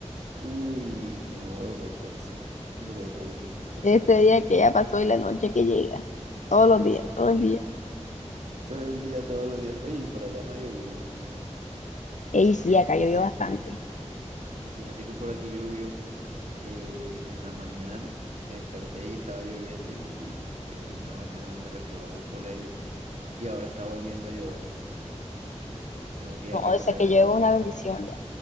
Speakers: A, on the right; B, on the left.
A: Uy, no, bueno, pues, pues sí. Uy, no, pero qué aburrimiento,
B: <laughs>
A: o
B: este
A: sea, por hacer.
B: día
A: ¿no?
B: que ya pasó y la noche que llega. Todos los días, todo el día.
A: Todo el día, todos los días. Oye, y por allá no ha llovido.
B: Ey, sí, acá llovió bastante.
A: No, fíjate que por aquí llovió eh, en la mañana. Me desperté y estaba lloviendo. Y yo, uy, qué vaina bacana, me recordaba al colegio. Y ahora está volviendo a llover. Entonces tengo que ir
B: No,
A: a recoger
B: o sea que
A: la ropa.
B: llegó una bendición ya.